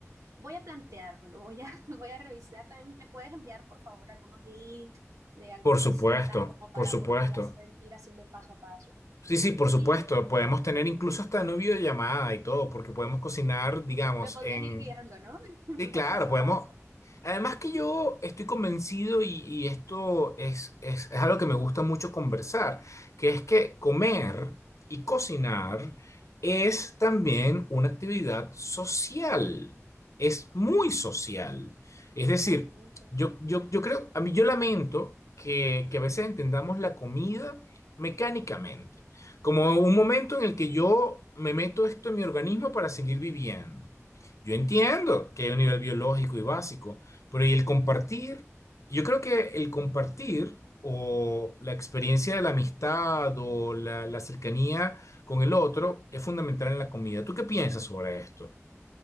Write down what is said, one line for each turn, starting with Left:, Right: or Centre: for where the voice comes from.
Right: voy a planteármelo, voy a, <laughs> voy a revisar. También me puedes enviar, por favor, algunos links de algunas
Left: Por supuesto,
Right: recetas como
Left: por
Right: para
Left: supuesto.
Right: poder hacer, ir haciendo el paso a paso.
Left: Sí, sí, por
Right: Y
Left: supuesto. Podemos tener incluso hasta una videollamada y todo, porque podemos cocinar, digamos,
Right: me podrías
Left: en,
Right: ir guiando, ¿no? <laughs>
Left: Sí, claro,
Right: El paso
Left: podemos.
Right: a paso.
Left: Además que yo estoy convencido y, y esto es, es, es algo que me gusta mucho conversar, que es que comer y cocinar es también una actividad social, es muy social. Es decir,
Right: Totalmente.
Left: yo, yo, yo creo, a mí yo lamento que, que a veces entendamos la comida mecánicamente, como un momento en el que yo me meto esto en mi organismo para seguir viviendo. Yo entiendo que hay un nivel biológico y básico, pero y el compartir, yo creo que el compartir o la experiencia de la amistad o la, la cercanía con el otro es fundamental en la comida. ¿Tú qué piensas sobre esto?